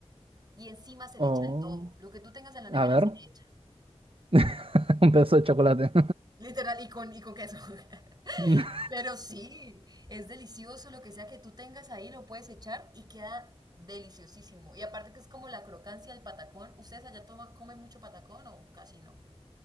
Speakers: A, on the right; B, on the right.
A: y encima se le echa
B: Oh,
A: de todo. Lo que tú tengas en la nevera
B: a ver,
A: se le echa.
B: <laughs> un pedazo de chocolate.
A: Literal, y con, y con queso. <laughs>
B: <laughs>
A: Pero sí, es delicioso lo que sea que tú tengas ahí, lo puedes echar y queda deliciosísimo. Y aparte que es como la crocancia del patacón. ¿Ustedes allá toman, comen mucho patacón o casi no?